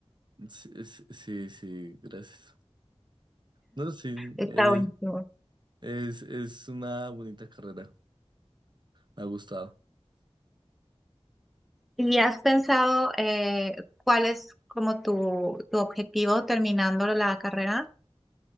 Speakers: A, on the right; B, in the centre.
A: Sí, es- sí, sí, gracias. No, sí,
B: Está
A: es,
B: buenísimo.
A: es, es una bonita carrera. Me ha gustado.
B: ¿Y has pensado eh, cuál es como tu, tu objetivo terminando la carrera?